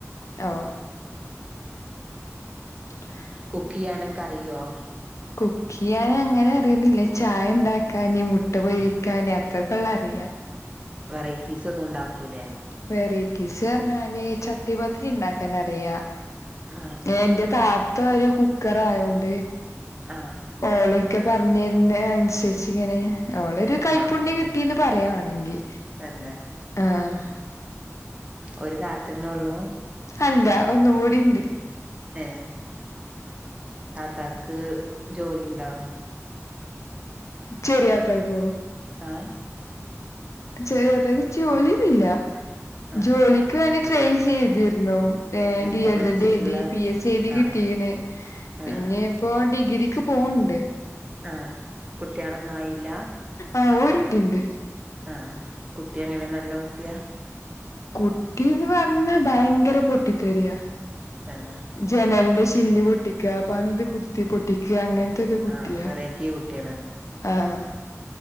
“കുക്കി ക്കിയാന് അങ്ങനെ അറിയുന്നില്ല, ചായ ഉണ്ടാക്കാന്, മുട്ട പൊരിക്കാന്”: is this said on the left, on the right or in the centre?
Left